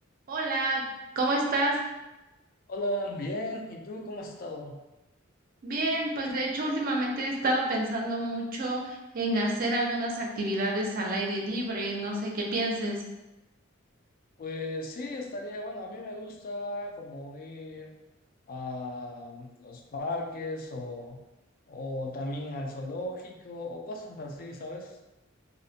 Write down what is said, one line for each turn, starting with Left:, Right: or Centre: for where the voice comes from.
Right: Hola, ¿cómo estás?
Left: Hola, bien. ¿Y tú cómo has estado?
Right: Bien, pues de hecho últimamente he estado pensando mucho en hacer algunas actividades al aire libre, no sé qué pienses.
Left: Pues sí, estaría, bueno, a mí me gusta como ir a los parques o, o también al zoológico o cosas así, ¿sabes?